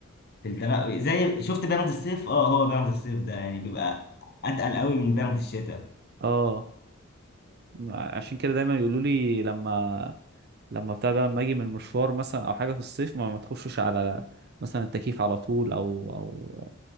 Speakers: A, on the left; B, on the right.
A: في التنقل زي شفت برد الصيف اه هو برد الصيف ده يعني بيبقى اتقل قوي من برد الشتاء
B: اه عشان كده دايما يقولوا لي لما لما بتاع ده لما اجي من مشوار مثلا او حاجه في الصيف ما, ما تخشش على مثلا التكييف على طول او او